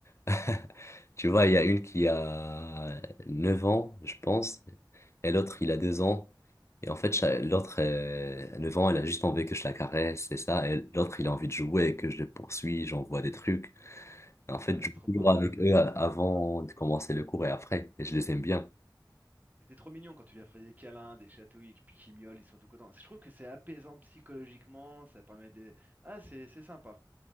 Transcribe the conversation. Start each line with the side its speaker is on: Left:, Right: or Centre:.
Left: <laughs> Tu vois, il y a une qui a 9 ans, je pense, et l'autre, il a 2 ans. Et en fait, cha- l'autre, euh, 9 ans, elle a juste envie que je la caresse, c'est ça. Et l'autre, il a envie de jouer, que je le poursuis, j'envoie des trucs. En fait,
Right: Ouais,
Left: je
Right: c'est
Left: joue
Right: trop marrant.
Left: toujours avec eux euh, avant de commencer le cours et après. Et je les aime bien.
Right: Mais C'est trop mignon quand tu lui as fait des câlins, des chatouilles, et puis qu'ils miaulent, ils sont tout contents. Je trouve que c'est apaisant psychologiquement, ça permet des... Ah, c'est c'est sympa.